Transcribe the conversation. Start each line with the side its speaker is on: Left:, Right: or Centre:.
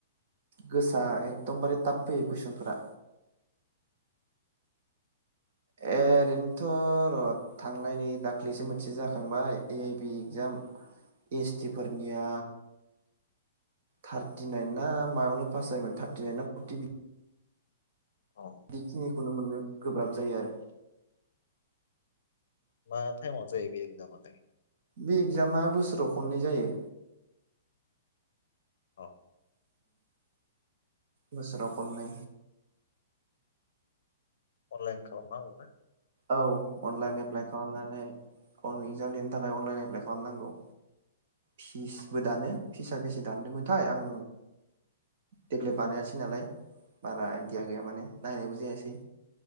Right: गोसा एखदमबारे टाफ फैयो कुइसनफोरा एरैनोथ' र' थांनायनि दाख्लैसो मोनसे जाखांबाय A I B exam S T फोरनिया थार्टिनाइन ना मायावनो पास जायोमोन थारटिनाइन ना फर्टि बिद
Left: औ
Right: बेखिनिखौनो मोननो गोब्राब जायो आरो।
Left: मा टाइमआव जायो बे एगजामालाय?
Right: बे एगजामा बोसोराव खननै जायो।
Left: औ
Right: बोसोराव खननै
Left: अनलाइन खालामनांगौ ना?
Right: औ अनलाइन एप्लाइ खालामनानै इगजाम लिरनो थाखाय अनलाइन प्लाइ खालामनांगौ। फिसबो दानो फिस बेसे दानदोंमोनथाय आं देग्लाय बानायासै नालाय बारा आइडिया गैया माने नायनायबो जायासै।